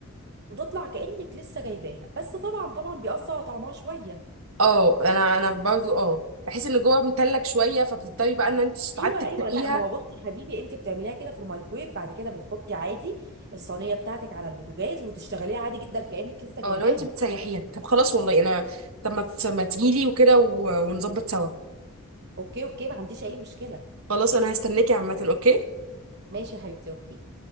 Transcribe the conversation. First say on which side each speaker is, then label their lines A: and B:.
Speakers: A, on the right; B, on the right.
A: وتطلع كانك لسه جايباها بس طبعا طبعا بيأثر على طعمها شويه
B: اه انا انا برضو اه بحس ان جوه متلج شويه فبتضطري بقى ان انت ساعات
A: ايوه
B: تفتحيها
A: ايوه لا ما هو بصي يا حبيبي انت بتعمليها كده في الميكرويف بعد كده بتحطي عادي الصينيه بتاعتك على البوتاجاز وتشتغليها عادي جدا كانك لسه جايباها
B: اه لو انت بتسيحيها طب خلاص والله انا طب ما ت- ما تجيلي وكده و- ونظبط سوا
A: اوكي اوكي ما عنديش اي مشكله
B: خلاص انا هستناكي عامه اوكي
A: ماشي يا حبيبتي اوكي